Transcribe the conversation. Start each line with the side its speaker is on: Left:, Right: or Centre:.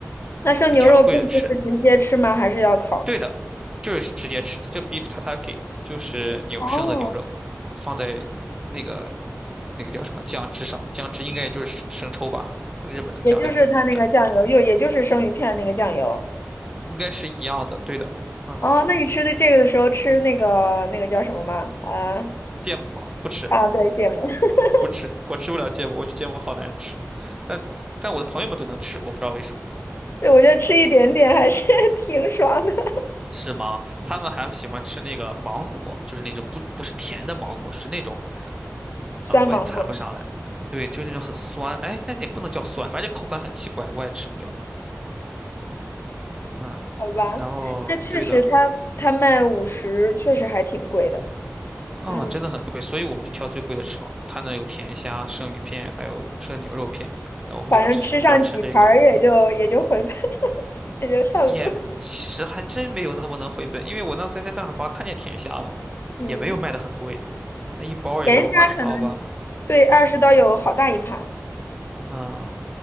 Left: 那生牛肉片就是直接吃吗？
Right: 就挑贵的吃。
Left: 还是要烤？
Right: 对的，就是直接吃，它叫 beef tataki，就是牛生的牛肉，
Left: 哦，
Right: 放在那个那个叫什么酱汁上，酱汁应该也就是生抽吧，日本的酱料，
Left: 也就是它那个酱油，
Right: 然后蘸，
Left: 又也就是生鱼片那个酱油。
Right: 应该是一样的。对的，嗯，
Left: 哦，那你吃的这个的时候吃那个那个叫什么吗？啊
Right: 芥末不吃，
Left: 啊，对，芥末。<laughs>
Right: 不吃，我吃不了芥末，我觉得芥末好难吃，但但我的朋友们都能吃，我不知道为什么。
Left: 对，我觉得吃一点点还是 <laughs> 挺爽的。
Right: 是吗？他们还喜欢吃那个芒果，就是那种不不是甜的芒果，是那种
Left: 酸芒果，
Right: 啊，我也谈不上来。对，就那种很酸，哎，那也不能叫酸，反正就口感很奇怪，我也吃不了。嗯，
Left: 好吧，
Right: 然后对的，
Left: 那确实它它卖五十，确实还挺贵的。
Right: 嗯，
Left: 嗯，
Right: 真的很贵，所以我们就挑最贵的吃嘛。他那有甜虾、生鱼片，还有生牛肉片，然后我们就只专吃这个，
Left: 反正吃上几盘儿也就也就回本，<laughs> 也就差不多。
Right: 也其实还真没有那么能回本，因为我那次在大润发看见甜虾了，
Left: 嗯，
Right: 也没有卖的很贵，那一包也就二十刀吧。
Left: 盐虾可能对二十刀有好大一盘，
Right: 嗯，